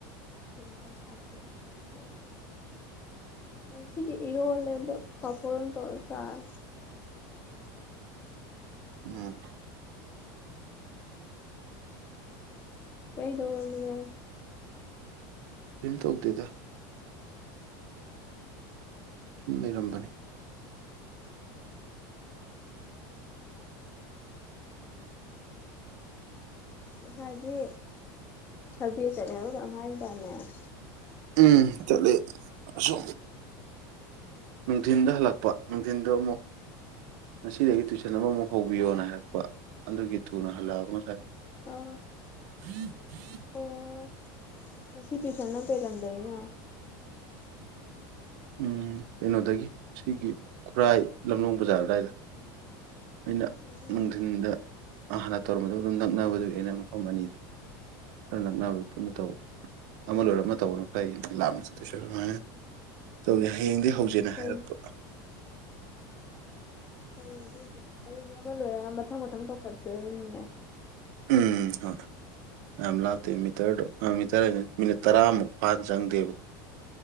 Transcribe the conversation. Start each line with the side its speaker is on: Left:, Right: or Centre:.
Left: ꯐꯤ ꯉꯥꯛꯇꯪ ꯁꯥꯔꯨꯒꯦꯅ ꯀꯈꯠꯂꯛꯏ ꯫ ꯉꯁꯤꯗꯤ ꯏꯔꯣꯜꯂꯦ ꯗꯣ ꯄꯥꯐꯣꯔ ꯑꯃ ꯇꯧꯔ ꯆꯥꯔꯦ ꯫
Right: ꯎꯝ
Left: ꯀꯩꯗꯧꯔꯝꯃꯤꯅꯣ ꯫
Right: ꯀꯩꯝ ꯇꯧꯗꯦꯗ ꯫ ꯁꯨꯝ ꯂꯩꯔꯝꯕꯅꯦ ꯫ <unintelligible>
Left: ꯉꯁꯥꯏꯗꯤ ꯁꯔꯕꯦ ꯆꯠꯂꯦ ꯍꯥꯏꯕ꯭ꯔ ꯀꯩꯅꯣꯝ ꯍꯥꯏꯒꯤꯗꯥꯏꯅꯦ ꯫
Right: ꯎꯝ ꯆꯠꯂꯦ ꯑꯁꯣꯝ ꯅꯨꯡꯊꯤꯟꯗ ꯍꯜꯂꯛꯄ ꯅꯨꯡꯊꯤꯟꯗ ꯑꯃꯨꯛ ꯉꯁꯤꯗꯒꯤ ꯇꯨꯏꯁꯟ ꯑꯃꯃꯨꯛ ꯍꯧꯕꯤꯌꯣꯅ ꯍꯥꯏꯔꯛꯄ ꯫ ꯑꯗꯨꯒꯤ ꯊꯨꯅ ꯍꯜꯂ ꯑꯕꯥ ꯉꯁꯥꯏꯗꯣ
Left: ꯑꯥ
Right: <unintelligible>
Left: ꯑꯣ ꯉꯁꯤ ꯇꯨꯏꯁꯟꯅ ꯀꯩ ꯂꯝꯗꯩꯩꯅꯣ ꯫
Right: ꯎꯝ ꯀꯩꯅꯣꯗꯒꯤ ꯁꯤꯒꯤ ꯈꯨꯔꯥꯏ ꯂꯝꯂꯣꯡ ꯕꯖꯥꯔ ꯑꯗꯥꯏꯗ ꯫ ꯑꯩꯅ
Left: ꯎꯝ
Right: ꯅꯨꯡꯙꯤꯟꯗ ꯍꯥꯟꯅ ꯇꯧꯔꯝꯕꯗꯨꯒ ꯅꯛꯅꯕꯗꯨꯒꯤ ꯑꯩꯅ ꯃꯐꯝ ꯑꯅꯤ ꯈꯔ ꯅꯛꯅꯕꯗꯨ ꯄꯨꯟꯅ ꯇꯧ ꯑꯃ ꯂꯣꯏꯔ ꯑꯃ ꯇꯧꯕꯅ ꯐꯩ ꯂꯥꯞꯅ ꯆꯠꯇꯣꯏ ꯁꯔꯨꯛ ꯑꯗꯨꯃꯥꯏꯅꯥ ꯇꯧꯗꯦ ꯍꯌꯦꯡꯗꯩꯩ
Left: ꯎꯝ
Right: ꯍꯧꯖꯦꯅ
Left: ꯐꯩ
Right: ꯍꯥꯏꯔꯛꯄ ꯫
Left: ꯐꯩ ꯑꯗꯨ ꯫ ꯑꯗꯨꯗꯤ ꯑꯃ ꯂꯣꯏꯔ ꯃꯊꯪ - ꯃꯊꯪ ꯇꯧꯊꯗꯣꯏꯅꯤꯅꯦ ꯫
Right: ꯎꯝ ꯍꯣꯏ ꯫ ꯌꯥꯝ ꯂꯥꯞꯇꯦ ꯃꯤꯇꯔꯗꯣ ꯑꯥ ꯃꯤꯇꯔ ꯍꯥꯌꯖꯤꯅꯤ ꯃꯤꯅꯠ ꯇꯔꯥꯃꯨꯛ ꯐꯥꯅ ꯆꯪꯗꯦꯕ ꯫